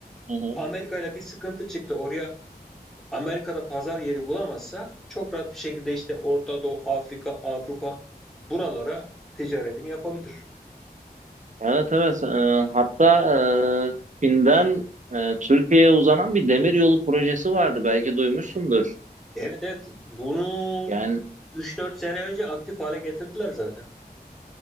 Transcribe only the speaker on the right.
Hı hı.
Evet evet. Ee, hatta e, Çin'den e, Türkiye'ye uzanan bir demir yolu projesi vardı. Belki duymuşsundur.
Yani